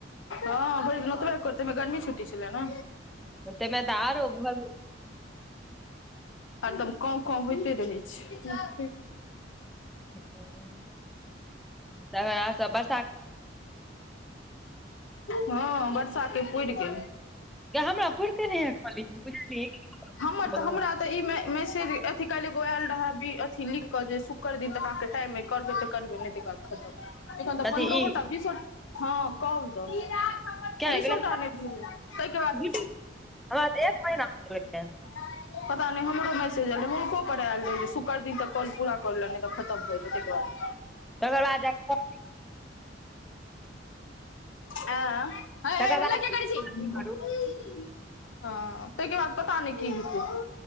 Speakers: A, on the left; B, in the centre.
A: हँ भैर दिन ओतबै कर तैमे गर्मी छुटी छलै ने।
B: ताहि में त आरो <unintelligible>
A: हरदम काँव काँव होइते रहै छैय।
B: हूं त आर सब ब
A: हँ बर्षाके पुरि गेल।
B: त हमरा पुरीते
A: हमर
B: <unintelligible>
A: तऽ हमरा तऽ ई मै मैसेज अथी काल्हि एगो आयल रहैी अथी लिखिकऽ जे शुक्र दिन तऽ अाँके टाइममे करबै तऽ करबै नहि तऽ तखन तऽ
B: अथी
A: पंद्रहो
B: ई
A: ट बीसो हँ कल द।
B: किया नहि
A: बिसोटा
B: गेलै
A: नै भेलै ताहिके बाद
B: ड्यूटी, हमरा त एक महिना <unintelligible>
A: <unintelligible> पता नहि हमरो मैसेज आयल रहै हुनको पर आयल रहै शुक्र दिन तऽ कॉल पूरा करले तऽ खतम भइतै ताहिकर बाद
B: तकर बाद <unintelligible>
A: आ हय
B: तकर
A: हल्ला
B: बाद की
A: किया करै छी।
B: करू
A: हँ तयके बाद पता नहि की हेतै